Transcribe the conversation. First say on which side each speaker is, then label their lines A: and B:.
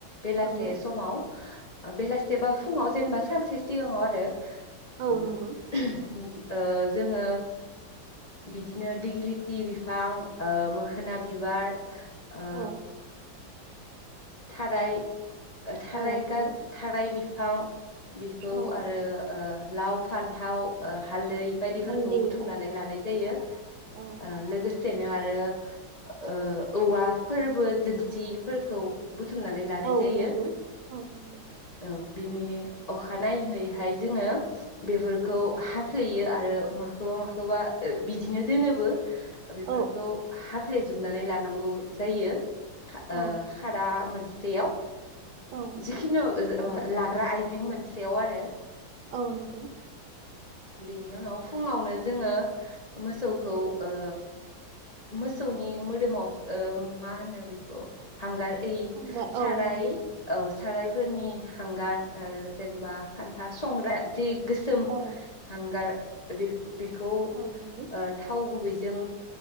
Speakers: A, on the left; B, on the right.
A: बेलासे
B: नंगौ
A: समाव बेलासेबा फुङाव जेनेबा सानसे सिगाङाव आरो
B: औ
A: ओ
B: नंगौ
A: गि ओ जोङो बिदिनो दिग्लिथि बिफां ओ मोखोना बिबार ओ
B: औ
A: थाराय थाराय
B: औ नंगौ
A: गाजो थाराय बिफां बेखौ
B: औ
A: आरो लाव फान्थाव हाल दै बायदिफोरखौ
B: हालदै
A: बुथुमनानै
B: औ
A: लानाय जायो
B: औ
A: ओ लोगोसेनो आरो बे ओ औवा फोरबो जोंसिफोरखौ बुथुमनानै लानाय
B: औ
A: जायो
B: नंगौ औ नंगौ
A: औ बिनि अखानायैैहाय जोङो बेफोरखौ
B: औ
A: हाफ्लेयो बि आरो माखौबा माखौबा बिदिनो दोनोबो बेफोरखौ
B: औ
A: हाफ्ले जोबनानै लानांगौ जायो ओ
B: औ
A: दा मोनसेयाव
B: औ
A: जिखिुनु
B: नंगौ
A: लाग्रा आइजें मोनसे सेव आरो
B: औ नंगौ
A: बेनि उनाव फुङावनो जोङो मोसौखौ
B: औ
A: ओ मोसौनि मोदोमाव ओ मा होनो बेखौ हांगार ओइ
B: हांगार
A: साराय
B: औ नंगौ
A: औ सारायफोरनि हांगार आरो जेनेबा खान्था संग्रा जि गोसोम
B: औ
A: गार बेखौ
B: औ नंगौ
A: ओ थाव गुबैजों